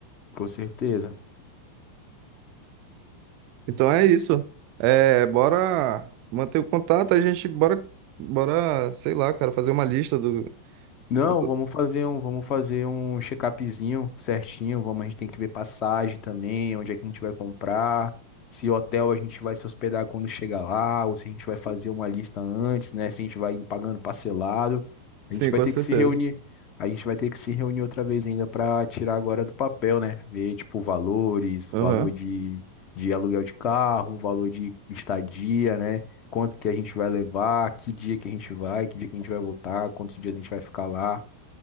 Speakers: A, on the left (about 35°); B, on the right (about 45°).
A: Com certeza.
B: Então é isso. É, bora manter o contato, a gente bora, bora, sei lá, cara, fazer uma lista do,
A: Não,
B: do-
A: vamos fazer um, vamos fazer um check-upzinho certinho. Vamos, a gente tem que ver passagem também, onde é que a gente vai comprar, se hotel a gente vai se hospedar quando chegar lá, ou se a gente vai fazer uma lista antes, né? Se a gente vai indo pagando parcelado. A
B: Sim,
A: gente vai
B: com
A: ter
B: certeza.
A: que se reunir. A gente vai ter que se reunir outra vez ainda para tirar agora do papel, né? Ver, tipo, valores,
B: Aham.
A: valor de, de aluguel de carro, valor de estadia, né? quanto que a gente vai levar, que dia que a gente vai, que dia que a gente vai voltar, quantos dias a gente vai ficar lá.